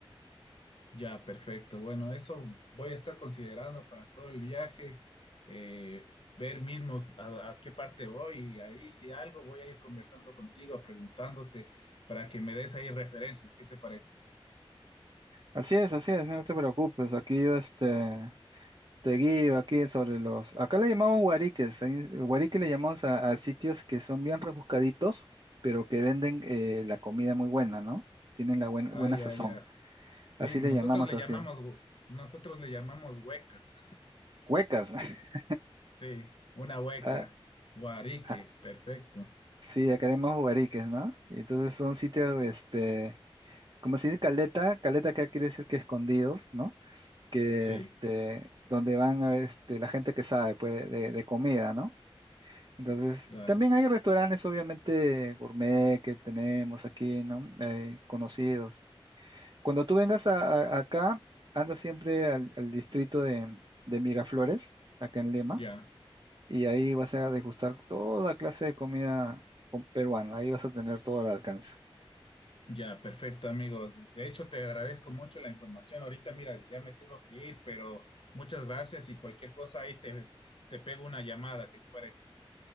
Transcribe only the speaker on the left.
ya, perfecto. Bueno, eso voy a estar considerando para todo el viaje, eh, ver mismo a, a qué parte voy y ahí si algo voy a ir conversando contigo, preguntándote para que me des ahí referencias. ¿Qué te parece?
Ah,
ya,
ya. Sí,
nosotros
le
llamamos, hu- nosotros le llamamos huecas.
Sí, una hueca.
Guarique,
perfecto.
Sí,
dale.
Ya,
ya, perfecto, amigo. De hecho, te agradezco mucho la información. Ahorita, mira, ya me tengo que ir, pero muchas gracias y cualquier cosa ahí te, te pego una llamada. ¿Qué te parece?